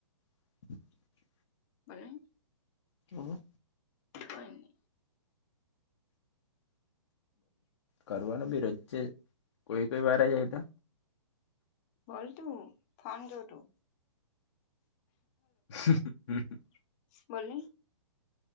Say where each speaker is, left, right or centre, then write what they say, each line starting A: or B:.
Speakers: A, on the left (about 65°); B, on the left (about 30°).
A: <inaudible>
B: બોલો ને.
A: તમે
B: કઈ નય.
A: કરવાનો બી રોજે જ કોઈ કોઈ વાર આય જાય તો
B: પરંતુ <unintelligible>
A: <inaudible>
B: બોલ ને